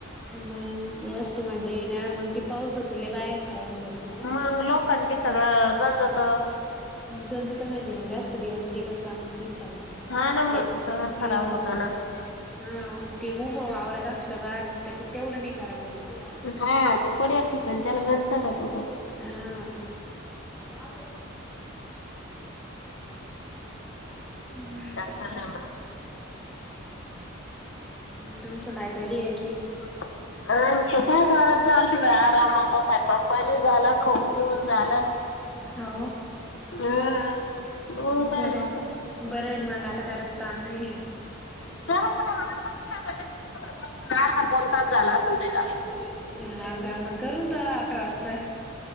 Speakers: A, in the centre; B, on the left (about 65°).
A: नाही त वस्तू म्हणजे ना ते पाऊसचले बाहेर खराब होऊन जाते ना
B: मग लोकां बी सगळं गंजवत
A: त्यांच तर म्हणजे म्हणज जास्त दिवस टिककायच कामच नाही त्याला
B: हा न
A: ते
B: स खराब
A: अ
B: होता ना
A: हा ते उभं आववरात असलं का मग त्याचे तेवढं नाही खराब होत ना
B: हा जे पडेल ठिकाण त्याला घनचाडत होतं
A: हा <unintelligible> हम्
B: काय चाललं मग?
A: <unintelligible> तुमचं काय चाली आहे की
B: <unintelligible> अछ का झा चालू आहे आरामाता साहे पप्पानी झालं खोऊन पिऊन झालं
A: हो
B: हम्म लोळू राहिलो
A: बर
B: आता.
A: बरं आहेन मग आता कराच ताण नाही ब
B: करायचं काय आताच काय म्हणलं अर्धा पाऊण तास झाला
A: बणीणा
B: असेल ते झालं.
A: <unintelligible> हा का मग करू द अकरा वाजता